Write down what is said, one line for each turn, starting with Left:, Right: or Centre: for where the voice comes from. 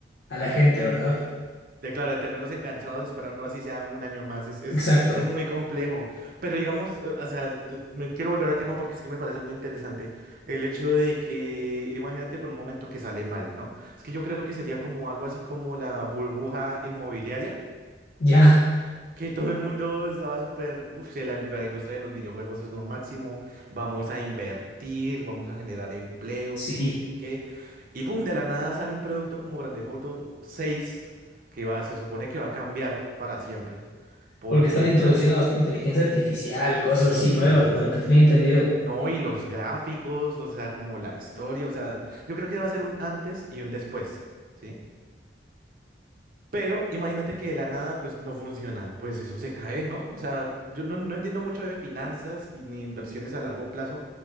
Left: a la gente, ¿verdad?
Right: De claro, de tenerlos enganchados esperando así sea un año más es, es,
Left: Exacto.
Right: es muy complejo. Pero digamos, eh, o sea, te- me quiero volver al tema porque es que me parece muy interesante el hecho de que, imagínate por un momento que sale mal, ¿no? Es que yo creo que sería como algo así como la burbuja inmobiliaria
Left: Ya.
Right: Que todo el mundo estaba súper, uff, la, la industria de los videojuegos es lo máximo, vamos a invertir, vamos a generar empleo,
Left: Sí,
Right: que no sé qué. Y pum, de la nada sale un producto como Grand Theft Auto 6, que va, se supone que va a cambiar para siempre, porque,
Left: porque están introduciendo
Right: o sea,
Left: hasta inteligencia artificial, cosas
Right: sí,
Left: así nuevas,
Right: no,
Left: de lo que tenía entendido.
Right: y- no, y los gráficos, o sea, como la historia, o sea, yo creo que va a ser un antes y un después, ¿sí? Pero imagínate que de la nada, pues no funciona. Pues eso se cae, ¿no? O sea, yo no, no entiendo mucho de finanzas ni ni inversiones a largo plazo,